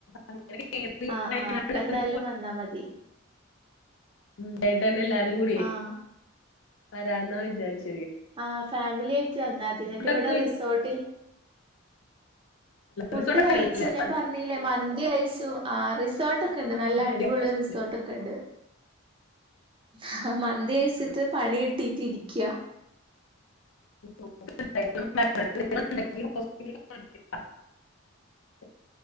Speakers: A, on the left; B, on the right.
A: അങ്ങനെ കേറി
B: ആഹ്
A: വയനാട്
B: ആഹ് അപ്പ എന്തായാലും
A: കേറി
B: വന്നാ മതി
A: മ് സൺ‌ഡേ തന്നെ എല്ലാരും കൂടിയെ
B: ആഹ്
A: വരാന്നാ വിചാരിച്ചേ
B: ആഹ് ഫാമിലി ആയിട്ട് വന്നാ മതി എന്നിട്ട്
A: ഫുഡൊക്കെ
B: ഇവിടെ
A: കഴിച്ചിട്ടുണ്ടല്ലോ?
B: റിസോർട്ടിൽ ഫുഡ്
A: റിസോർട്ട്
B: കഴിച്ചു
A: ആയിരുന്നല്ലേ?
B: ഞാൻ പറഞ്ഞില്ലേ മന്തി കഴിച്ചു ആറി റിസോർട്ട്
A: ആ
B: ഒക്കെ ഉണ്ട്
A: മന്തി
B: നല്ല അടിപൊളി
A: മന്തി ആ ശരി.
B: റിസോർട്ട് ഒക്കെ ഉണ്ട് ആഹ് മന്തികഴച്ചിട്ട്
A: ആ.
B: പണി കിട്ടിട്ട് ഇരിക്യാ
A: <unintelligible> <unintelligible>